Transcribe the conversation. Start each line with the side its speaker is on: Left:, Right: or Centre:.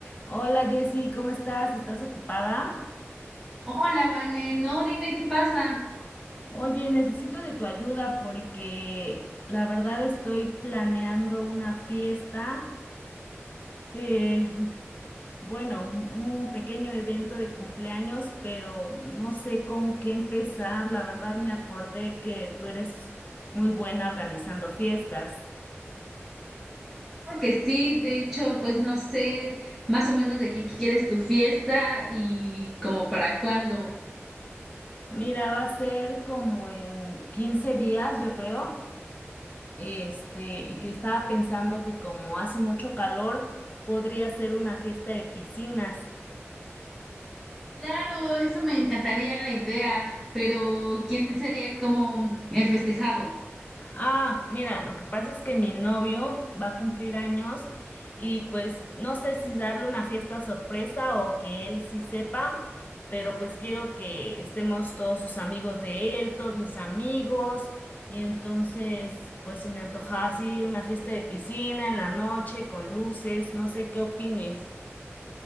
Left: Hola Jessy, ¿cómo estás? ¿Estás ocupada?
Centre: Hola, Vane, no, dime qué pasa.
Left: Oye, necesito de tu ayuda porque la verdad estoy planeando una fiesta, eh, bueno, un pequeño evento de cumpleaños, pero no sé con qué empezar. La verdad me acordé que tú eres muy buena organizando fiestas.
Centre: Claro que sí, de hecho, pues no sé más o menos de qué quieres tu fiesta y como para cuándo.
Left: Mira, va a ser como en 15 días, yo creo. este, y que estaba pensando que como hace mucho calor, podría ser una fiesta de piscinas.
Centre: Claro, eso me encantaría la idea, pero ¿quién sería como el festejado?
Left: Ah, mira, lo que pasa es que mi novio va a cumplir años y pues no sé si darle una fiesta sorpresa o que él sí sepa, pero pues quiero que estemos todos sus amigos de él, todos mis amigos, y entonces pues se me antojaba así una fiesta de piscina en la noche con luces, no sé qué opines.